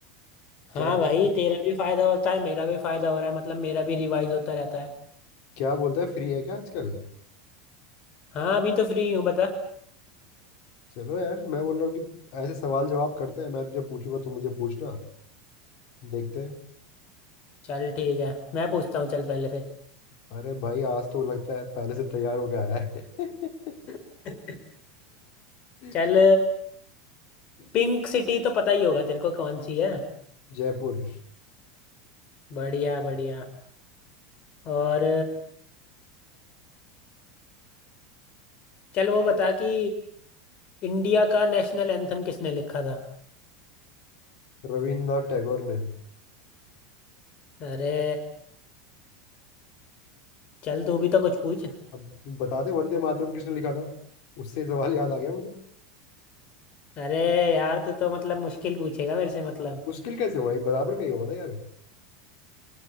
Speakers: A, on the left; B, on the left.
A: क्या
B: हाँ
A: बोल-
B: भाई तेरा भी फायदा होता है मेरा भी फायदा हो रहा है मतलब मेरा भी रिवाइज होता रहता है
A: क्या बोलता है फ्री है क्या आजकल
B: हाँ अभी तो फ्री हूँ बता
A: चलो यार मैं बोल रहा हूँ कि ऐसे सवाल जवाब करते हैं मैं तुझे पूछूंगा तू मुझे पूछना देखते हैं
B: चल ठीक है मैं पूछता हूँ चल पहले फिर
A: अरे भाई आज तो लगता है पहले से तैयार होके आया है
B: <laughs>
A: <laughs>
B: चल पिंक सिटी तो पता ही होगा तेरे को कौन सी है
A: जयपुर
B: बढ़िया बढ़िया और चल वो बता कि इंडिया का नेशनल एंथम किसने लिखा था
A: रविन्द्रनाथ टैगोर ने
B: अरे चल तू भी तो कुछ पूछ
A: अब बता दे वंदे मातरम किसने लिखा था उससे सवाल याद आ गया
B: अरे यार तू तो मतलब मुश्किल पूछेगा मेरे से मतलब
A: मुश्किल कैसे हुआ ये बराबर का ही होगा ना यार